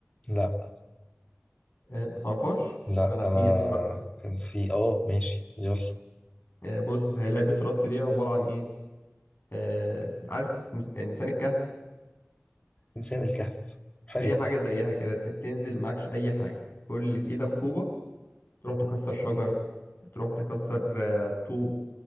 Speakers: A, on the left (about 25°); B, on the left (about 60°).
A: لا
B: آه، ما تعرفهاش
A: لا
B: ده انا
A: انا
B: احكي لك بقى
A: كان في اه ماشي يلا
B: آه، بص هي لعبه راست دي عباره عن ايه آه، في- عارف مس- انسان الكهف
A: انسان الكهف حلو
B: هي حاجه زيها كده انت بتنزل معكش اي حاجه كل اللي في ايدك طوبه تروح تكسر شجر تروح تكسر آه، طوب